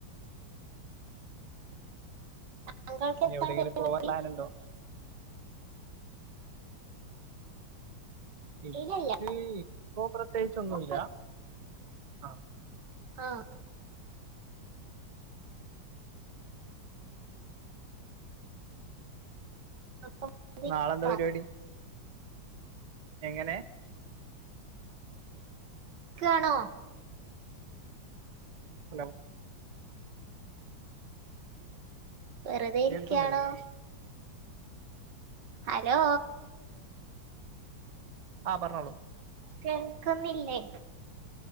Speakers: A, on the right; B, on the right.
A: താങ്കൾക്ക്
B: ഇനി
A: എന്താണ്
B: എവിടെങ്കിലും
A: പരിപാടി
B: പോവാൻ പ്ലാനുണ്ടോ എനിക്ക്
A: ഇല്ലില്ല
B: ഇപ്പൊ പ്രത്യേകിച്ചൊന്നുമല്ല
A: ഇപ്പോൾ
B: ആഹ
A: ആഹ അപ്പം
B: നാളെന്താ
A: ആണോ
B: പരിപാടി എങ്ങനെ
A: എിക്കാണോ
B: ഹലോ
A: വെറുതെ ഇരിക്കയാണോ
B: കേൾക്കുന്നില്ലല്ലോ
A: ഹലോ
B: ആഹ പറഞ്ഞോളൂ
A: കേൾക്കുന്നില്ലേ